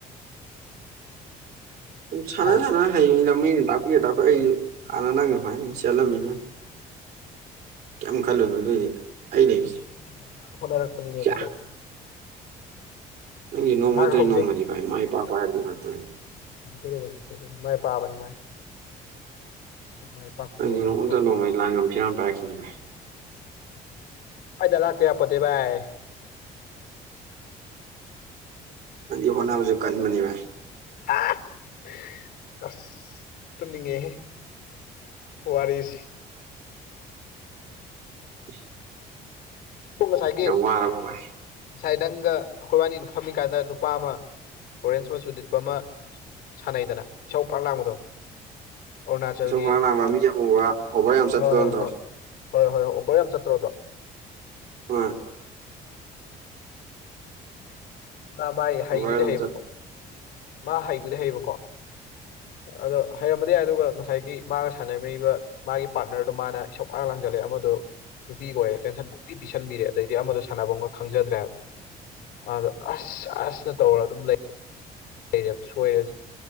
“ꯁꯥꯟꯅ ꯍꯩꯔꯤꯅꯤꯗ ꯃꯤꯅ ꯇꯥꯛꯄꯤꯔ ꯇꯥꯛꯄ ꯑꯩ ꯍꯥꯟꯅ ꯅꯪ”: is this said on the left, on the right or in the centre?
Right